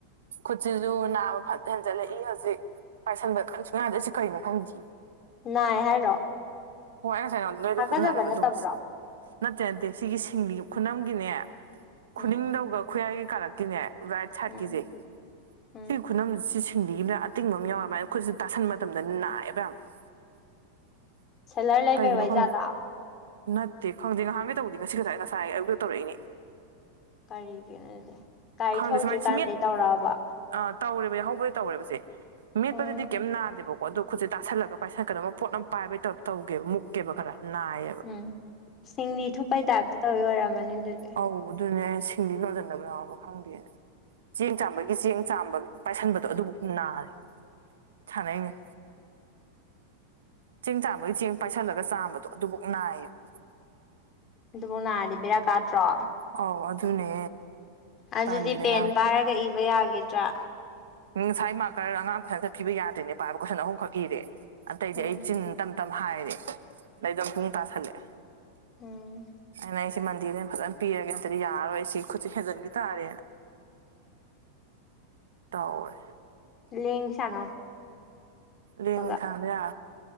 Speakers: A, on the right (about 80°); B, on the left (about 35°).
A: ꯈꯨꯠꯖꯤꯖꯨ ꯅꯥꯕ ꯐꯠ ꯍꯦꯟꯖꯜꯂꯛꯏ ꯍꯧꯖꯤꯛ ꯄꯥꯏꯁꯟꯕ ꯀꯥꯟꯁꯨ <unintelligible> ꯁꯤ ꯀꯩꯅꯣ ꯈꯪꯗꯤ
B: ꯅꯥꯏ ꯍꯥꯏꯔꯣ
A: ꯍꯣꯏ ꯑꯩ ꯉꯁꯥꯏ ꯅꯉꯣꯟ ꯅꯣꯏꯗ
B: ꯍꯥꯀꯠꯆꯕ
A: ꯈꯨꯠꯅꯥꯏ ꯍꯥꯏꯕ
B: ꯅꯠꯇꯕ꯭ꯔꯣ
A: ꯑꯗꯣꯝ ꯅꯠꯇꯦ ꯅꯠꯇꯦ ꯁꯤꯒꯤ ꯁꯤꯡꯂꯤ ꯈꯨꯅꯝꯒꯤꯅꯦ ꯈꯨꯅꯤꯡꯗꯧꯒ
B: ꯎꯝ
A: ꯈꯨꯌꯥꯏꯒꯤ ꯀꯥꯔꯛ ꯇꯤꯅꯦ ꯔꯥꯏꯠ ꯁꯥꯠꯀꯤꯖꯦ
B: ꯎꯝ ꯎꯝ
A: ꯁꯤ ꯈꯨꯅꯝ ꯁꯤ ꯁꯤꯡꯂꯤ ꯑꯃ ꯑꯇꯤꯡꯕ ꯑꯃ ꯌꯥꯎꯋꯦꯕ ꯈꯨꯠꯁꯨ ꯇꯥꯁꯟꯕ ꯃꯇꯝꯗ ꯅꯥꯑꯦꯕ ꯌꯥꯝ <inaudible>
B: ꯁꯦꯂꯔ ꯂꯩꯕꯩ
A: ꯀꯩꯒꯤꯅꯣ
B: ꯑꯣꯏꯖꯥꯠꯂꯣ
A: ꯈꯪ ꯅꯠꯇꯦ ꯈꯪꯗꯦ ꯉꯥꯍꯥꯟꯒꯩ ꯇꯧꯕꯗꯤ ꯉꯁꯤ ꯈꯛꯇ ꯉꯁꯥꯏ ꯑꯌꯨꯛꯇꯩ ꯇꯧꯔꯛꯏꯅꯦ
B: ꯀꯔꯤꯒꯤ <unintelligible> ꯒꯥꯔꯤ
A: ꯈꯪꯗꯦ
B: ꯊꯧꯗ꯭ꯔꯤꯀꯥꯟꯗꯩ
A: ꯁꯨꯃꯥꯏꯅ ꯁꯤ ꯃꯤꯠ
B: ꯇꯧꯔꯛꯑꯕꯣ
A: ꯑ ꯇꯧꯔꯦꯕ ꯌꯥꯎꯍꯧꯕꯗ ꯇꯧꯔꯦꯕꯁꯦ ꯃꯦꯠꯄꯗꯗꯤ
B: ꯎꯝ
A: ꯀꯦꯝ ꯅꯥꯗꯦꯕ ꯑꯣ ꯑꯗꯨ ꯈꯨꯠꯁꯦ ꯇꯥꯁꯜꯂꯒ ꯄꯥꯏꯁꯟꯀꯗꯕ ꯄꯣꯠ ꯑꯃ ꯄꯥꯏꯕꯩ ꯇꯧꯇꯧꯒꯦꯕ ꯃꯨꯛꯀꯦꯕ ꯈꯔ ꯅꯥꯏꯌꯦ
B: ꯎꯝ ꯁꯤꯡꯂꯤ ꯊꯨꯞꯄꯩ ꯇꯥꯏꯞꯇ ꯇꯧꯋꯤ ꯑꯣꯏꯔꯝꯃꯅꯤ ꯑꯗꯨꯗꯤ
A: ꯑꯧ ꯑꯗꯨꯅꯦ ꯑꯩ ꯁꯤꯡꯂꯤ ꯂꯣꯟꯖꯟꯅꯕ ꯌꯥꯎꯔꯕ ꯈꯪꯗꯦꯅꯦ ꯆꯦꯡ ꯆꯥꯝꯕꯒꯤ ꯆꯦꯡ ꯆꯥꯝꯕ ꯄꯥꯏꯁꯟꯕꯗꯣ ꯑꯗꯨꯕꯨꯛ ꯅꯥꯔꯦ ꯊꯥꯅꯩꯅꯦ ꯆꯦꯡ ꯆꯥꯝꯕꯒꯤ ꯆꯦꯡ ꯄꯥꯏꯁꯜꯂꯒ ꯆꯥꯝꯕꯗꯣ ꯑꯗꯨꯕꯨꯛ ꯅꯥꯏꯌꯦꯕ
B: ꯑꯗꯨꯕꯨꯛ ꯅꯥꯔꯗꯤ ꯕꯦꯔꯥ ꯀꯥꯗ꯭ꯔꯣ
A: ꯑꯥꯎ ꯑꯗꯨꯅꯦ
B: ꯑꯗꯨꯗꯤ
A: ꯇꯜꯂꯦ
B: ꯄꯦꯟ
A: ꯌꯥꯝ
B: ꯄꯥꯏꯔꯒ ꯏꯕ ꯌꯥꯒꯤꯗ꯭ꯔꯥ
A: ꯎꯝ ꯉꯁꯥꯏ ꯃꯥꯔꯀꯔ ꯑꯉꯥꯡ ꯀꯣꯏꯁꯟ <unintelligible> ꯄꯤꯕ ꯌꯥꯗ꯭ꯔꯤꯅꯦ ꯄꯥꯏꯕ ꯀꯣꯏꯁꯟ ꯑꯍꯨꯝꯈꯛ ꯏꯔꯦ ꯑꯇꯩꯗꯤ
B: ꯎꯝ
A: ꯑꯩ ꯆꯤꯟ ꯇꯝ ꯇꯝ ꯍꯥꯏꯔꯦ ꯑꯗꯩ ꯑꯗꯨꯝ ꯄꯨꯡ ꯇꯥꯥꯁꯜꯂꯛꯑꯦ
B: ꯎꯝ
A: <unintelligible> ꯑꯩꯁꯤ ꯃꯟꯗꯦꯗꯩ ꯐꯖꯅ ꯄꯤꯔꯒꯦ ꯅꯠꯇꯗꯤ ꯌꯥꯔꯔꯣꯏ ꯁꯤ ꯈꯨꯠꯁꯦ ꯍꯦꯟꯖꯟꯒꯤ ꯇꯥꯔꯦꯅ ꯇꯧꯔꯦ
B: ꯂꯦꯡꯕꯤ ꯁꯥꯟꯅꯧ
A: ꯂꯦꯡꯉꯤ
B: ꯈꯒ
A: ꯈꯥꯟꯗ